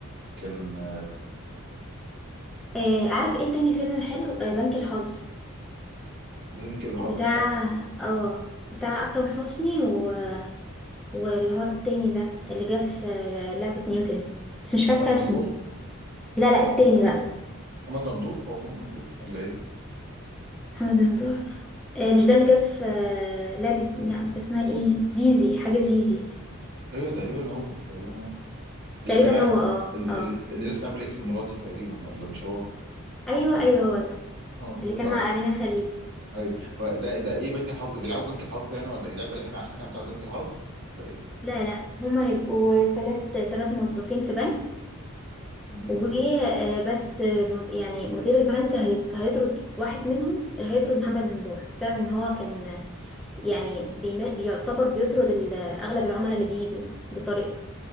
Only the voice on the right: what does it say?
كان آه،
بنك الحظ
بتاع
محمد ممدوح
محمد
محمد ممدوح هو محمد ممدوح ولا ايه
ايوه تقريبا هو تقريبا هو
اللي كان عا-
ال-
ال- اللي لسه عامل اكس مراتي تقريبا ولا مش هو
اه هو
ده آه.
ايوه هو ده ده ايه بنك الحظ بيلعبوا بنك الحظ يعني ولا إيه؟ اللعبه اللي احنا عارفينها بتاعت بنك الحظ ولا
ايه